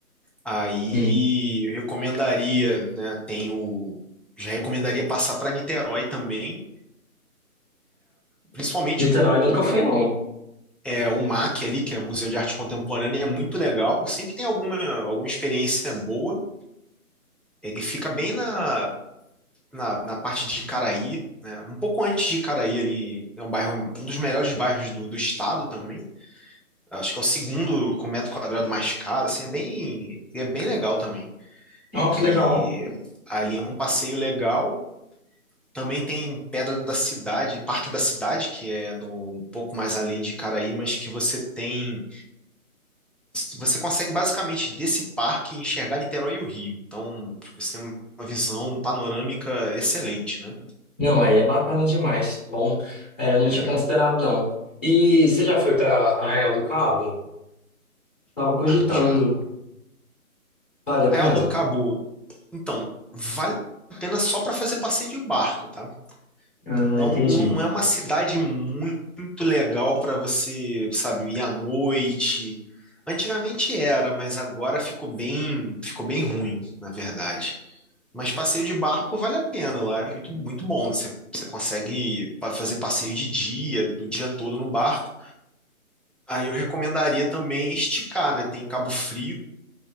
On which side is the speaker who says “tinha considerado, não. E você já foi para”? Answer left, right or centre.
Left